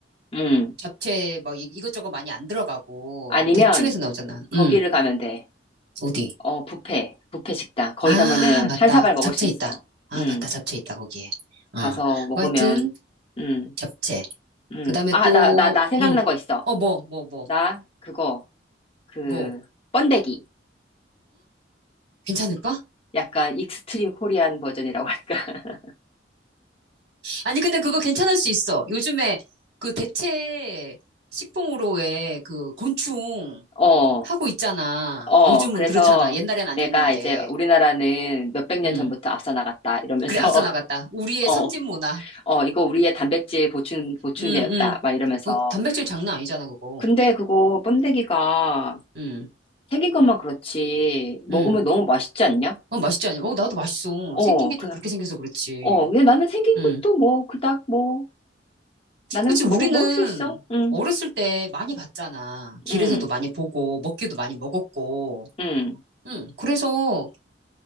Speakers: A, on the left; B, on the right.
A: 응.
B: 잡채 막 이- 이것저것 많이 안 들어가고,
A: 아니면
B: 대충 해서 나오잖아.
A: 거기를
B: 응,
A: 가면 돼.
B: 어디?
A: 어, 뷔페, 뷔페 식당. 거기
B: 아,
A: 가면은
B: 맞다.
A: 한 사발 먹을
B: 잡채
A: 수 있어.
B: 있다. 아,
A: 응,
B: 맞다. 잡채 있다, 거기에. 어.
A: 가서 먹으면,
B: 뭐 하여튼,
A: 응,
B: 잡채.
A: 응.
B: 그 다음에
A: 아,
B: 또,
A: 나, 나, 나 생각난
B: 응.
A: 거 있어.
B: 어, 뭐, 뭐, 뭐,
A: 나, 그거, 그,
B: 뭐.
A: 번데기.
B: 괜찮을까?
A: 약간 익스트림 코리안 버전이라고 할까? <laughs>
B: 아니, 근데 그거 괜찮을 수 있어. 요즘에 그 대체 식품으로 왜 그 곤충
A: 어,
B: 하고 있잖아.
A: 어,
B: 요즘은
A: 그래서
B: 그렇잖아. 옛날엔 아니었는데.
A: 내가 이제 우리나라는 몇백 년
B: 음.
A: 전부터 앞서 나갔다 이러면서,
B: 그래, 앞서
A: <laughs>
B: 나갔다. 우리의
A: 어,
B: 선진 문화.
A: 어, 이거 우리의 단백질 보충, 보충제였다
B: 음, 음.
A: 막 이러면서.
B: 어, 단백질 장난 아니잖아, 그거.
A: 근데 그거 번데기가
B: 음,
A: 생긴 것만 그렇지, 먹으면
B: 음.
A: 너무 맛있지 않냐?
B: 어, 맛있지 않냐? 어, 나도 맛있어.
A: 어,
B: 생긴 게
A: 그,
B: 좀 그렇게 생겨서 그렇지.
A: 어, 근데 나는 생긴
B: 음.
A: 것도 뭐, 그닥 뭐, 나는
B: 그치, 우리는
A: 먹어, 먹을 수 있어. 응,
B: 어렸을 때 많이 봤잖아. 길에서도
A: 응,
B: 많이 보고, 먹기도 많이 먹었고.
A: 응.
B: 응, 그래서